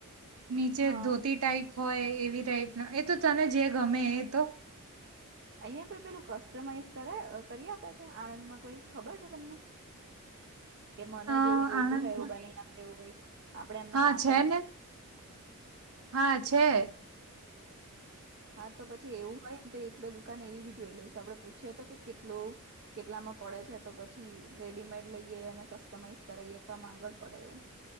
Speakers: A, on the right; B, on the right.
A: નીચે
B: હા
A: ધોતી ટાઈપ હોય એવી ટાઈપ ના એ તો તને જે ગમે એ તો
B: અહિયાં કોઈ પેલું કસ્ટમાઈઝ કરે અ કરી આપે છે આણંદ માં કોઈ ખબર છે તમને કે મને
A: અ
B: જેવું જોઈતું
A: આણંદમાં
B: હોય એવું બની આપડે એવું કઈ આપે એમને
A: હા
B: કાપડ
A: છે
B: લ <inaudible>
A: ને હા, છે.
B: હા, તો પછી એવું હોય. ને તો દુકાન એવી બી જોઈ લઈશ આપણે પૂછીએ તો કે કેટલો કેટલામાં પડે છે, તો પછી રેડીમેડ લઈએ અને કસ્ટમાઈઝ કરાઈએ, તમ આગળ પડે એવુ